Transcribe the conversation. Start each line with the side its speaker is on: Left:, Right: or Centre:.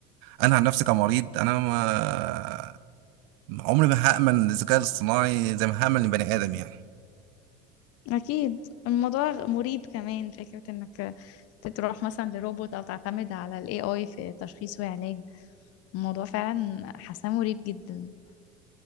Right: انا عن نفسي كمريض انا ما عمري ما هامن الذكاء الاصطناعي زي ما هامن البني ادم يعني
Left: اكيد الموضوع مريب كمان فكرة انك تروح مثلا لروبوت او تعتمد على الاي اي في تشخيص وعلاج الموضوع فعلا حاساه مريب جدا